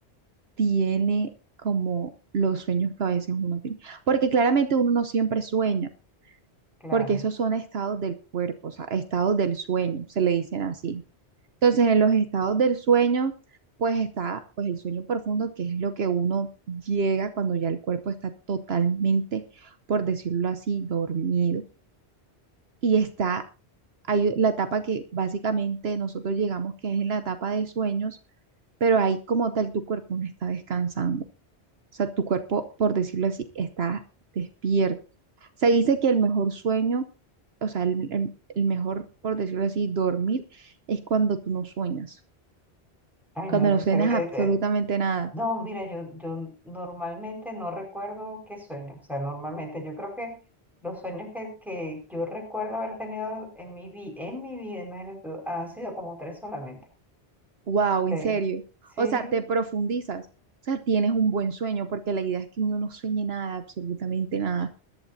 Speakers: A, on the right; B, in the centre.
A: tiene como los sueños que a veces uno tiene, porque claramente uno no siempre sueña.
B: claro.
A: porque esos son estados del cuerpo, o sea, estados del sueño, se le dicen así. Entonces, en los estados del sueño, pues está pues el sueño profundo, que es lo que uno llega cuando ya el cuerpo está totalmente, por decirlo así, dormido. Y está hay la etapa que básicamente nosotros llegamos, que es en la etapa de sueños, pero ahí como tal tu cuerpo no está descansando. O sea, tu cuerpo, por decirlo así, está despierto. Se dice que el mejor sueño, o sea, el, el- el mejor, por decirlo así, dormir es cuando tú no sueñas,
B: Ay,
A: cuando
B: no, entonces,
A: no sueñas
B: eh,
A: absolutamente
B: eh,
A: nada.
B: no, mira, yo, yo normalmente no recuerdo qué sueño. O sea, normalmente yo creo que los sueños que, que yo recuerdo haber tenido en mi vi, en mi vida, imagínate tú, han sido como tres solamente.
A: Wow,
B: este
A: en serio.
B: Sí,
A: O sea, te profundizas. O sea, tienes un buen sueño porque la idea es que uno no sueñe nada, absolutamente nada.